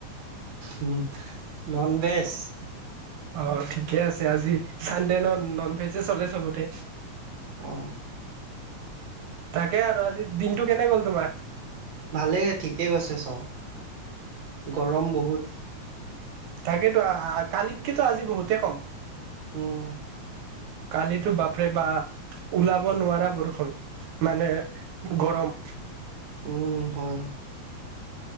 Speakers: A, on the right (about 50°); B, on the right (about 80°).
A: উম ননভেজ।
B: অ ঠিকে আছে আজি চানডে ন নন ভেজে চলে চবতে।
A: অ।
B: তাকে আৰু আজি দিনটো কেনে গ'ল তোমাৰ?
A: ভালেই ঠিকেই গৈছে চব গৰম বহুত।
B: তাকেতো কালিতকেতো আজি বহুতে কম।
A: উম
B: কালিতো বাপ পৰে বাপ ওলাব নোৱাৰা বৰষুণ মানে গৰম।
A: উম হয়।